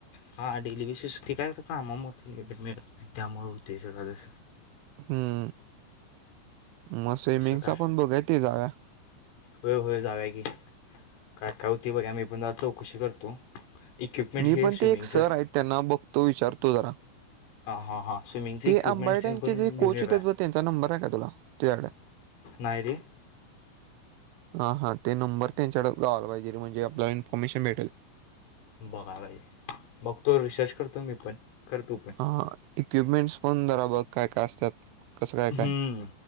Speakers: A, on the left; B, on the right.
A: हा डेली बेसस ते काय तर काम म मिळत नाही त्यामुळेळ होते सगळं जसं.
B: हम्म, मग स्विमिंगचा
A: कसं काय
B: पण बघा ते जाव्या.
A: होय होय जाऊया की कायकावती बघा आम्ही पण चौकशी करतो. इक्विपमेंट
B: मी
A: हे
B: पण
A: स्विमिंग
B: ते एक सर
A: चा
B: आहेत त्यांना बघतो विचारतो जरा.
A: हा हा हा स्विमिंगचे
B: ते
A: इक्विपमेंट्सन
B: आंबाड्यांचे
A: पण
B: जे
A: घेऊ
B: कोच
A: येऊया.
B: येतात बघ त्यांचा नंबर आहे का तुला तझ्याकड.
A: नाही रे!
B: हा हा ते नंबर त्यांच्याकडे जायला पाहिजे म्हणजे आपल्याला इन्फॉर्मेशन भेटेल.
A: बघा पाहिजे बघतो रिसर्च करतो मी पण करतु पण.
B: ह इक्विपमेंट्स पण जरा बघ काय काय असतात कसं काय
A: हम्म
B: काय.